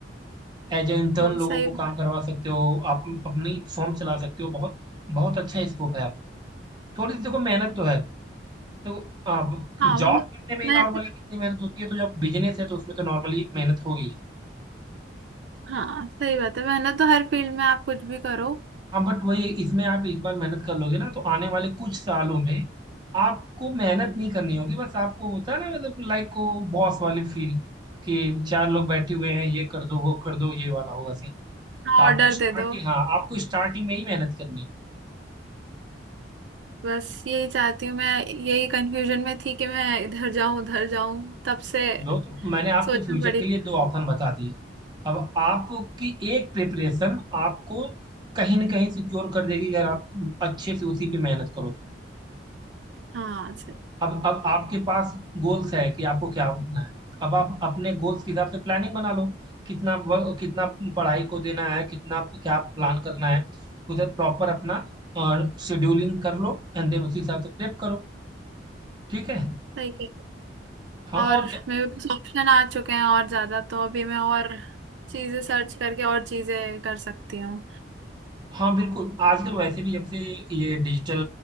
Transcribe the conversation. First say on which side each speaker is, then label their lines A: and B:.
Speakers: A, on the right; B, on the right.
A: एज ए इंटर्न
B: हाँ
A: लोगों
B: सही
A: को काम करवा सकते हो आप अपनी फॉर्म चला सकते हो बहुत बहुत अच्छा स्कोप है आपका थोड़ी सी देखो मेहनत तो है तो आप
B: हाँ वो
A: जॉब करने में
B: मैं
A: ही नॉर्मली कितनी मेहनत होती है तो जब बिजनेस है तो उसमें तो नॉर्मली मेहनत होगी
B: हाँ सही बात है मेहनत तो हर फील्ड में आप कुछ भी करो
A: हाँ बट वही है, इसमें आप एक बार मेहनत कर लोगे ना तो आने वाले कुछ सालों में आपको मेहनत नहीं करनी होगी बस आपको होता है ना मतलब लाइक को बॉस वाली फील कि चार लोग बैठे हुए हैं ये कर दो वो कर दो ये वाला होगा सीन
B: हाँ
A: तो आपको
B: ऑर्डर
A: स्टार्टिंग
B: दे दो
A: हाँ आपको स्टार्टिंग में ही मेहनत करनी है
B: बस यही चाहती हूँ मैं यही कंफ्यूजन में थी कि मैं इधर जाऊं उधर जाऊं तब से
A: लो तो मैंने आपके
B: सोचना
A: फ्यूचर
B: पड़ी
A: के लिए दो ऑप्शन बता दिए अब आपकी एक प्रिपरेशन आपको कहीं ना कहीं सिक्योर कर देगी अगर आप अच्छे से उसी पे मेहनत करो
B: हाँ सही
A: अब अब आपके पास गोल्स है कि आपको क्या बनना है अब आप अपने गोल्स के हिसाब से प्लानिंग बना लो कितना व- कितना पढ़ाई को देना है कितना क्या प्लान करना है उधर प्रॉपर अपना शेड्यूलिंग कर लो एंड देन उसी हिसाब से प्रेप करो ठीक है
B: सही
A: हाँ
B: और
A: और क्या
B: मेरे पास ऑप्शन आ चुके हैं और ज्यादा तो अभी मैं और चीजें सर्च करके और चीजें कर सकती हूँ
A: हाँ बिल्कुल आजकल वैसे भी जब से ये डिजिटल